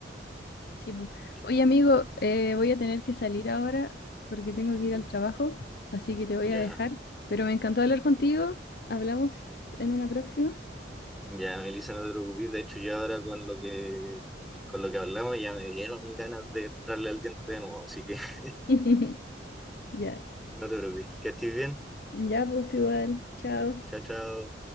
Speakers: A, on the left; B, in the centre.
A: Sí, po.
B: Qué
A: Oye, amigo, eh, voy a tener que salir ahora porque tengo que ir
B: bueno.
A: al trabajo, así que te voy
B: Ya,
A: a dejar. Pero me encantó hablar contigo. Hablamos en una próxima.
B: ya, Melissa, no te preocupes. De hecho, yo ahora con lo que, con lo que hablamos ya me dieron ganas de entrarle al diente de nuevo, así que <laughs>
A: <laughs> Ya,
B: no te preocupes. Que estés bien.
A: ya, pues igual. Chao.
B: Chao, chao.